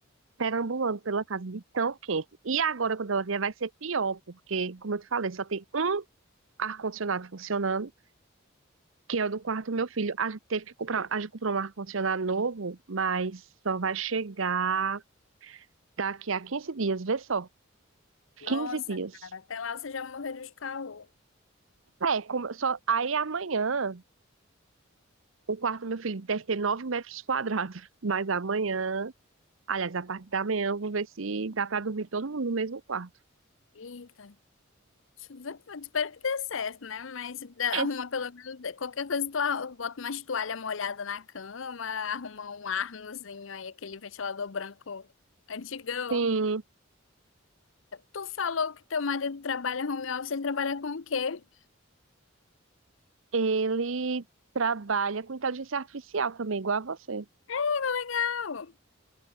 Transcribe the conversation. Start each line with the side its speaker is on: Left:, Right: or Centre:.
Right: perambulando pela casa de tão quente. E agora, quando ela vier, vai ser pior, porque, como eu te falei, só tem um ar-condicionado funcionando, que é o do quarto do meu filho. A gente teve que comprar, a gente comprou um ar-condicionado novo, mas só vai chegar daqui a 15 dias, vê só,
Left: Nossa,
Right: 15 dias.
Left: cara, até lá você já morreria de calor.
Right: É, como, só, aí amanhã o quarto do meu filho deve ter 9 metros quadrados, <laughs> mas amanhã Aliás, a parte da manhã eu vou ver se dá para dormir todo mundo no mesmo quarto.
Left: Eita. Isso vai- Espero que dê certo, né? Mas dá-
Right: Esse,
Left: arruma pelo menos qualquer coisa, tu arru- bota umas toalha molhada na cama, arruma um arnozinho aí, aquele ventilador branco antigão.
Right: sim,
Left: Tu falou que teu marido trabalha home office, ele trabalha com o quê?
Right: ele trabalha com inteligência artificial também, igual a você.
Left: Legal.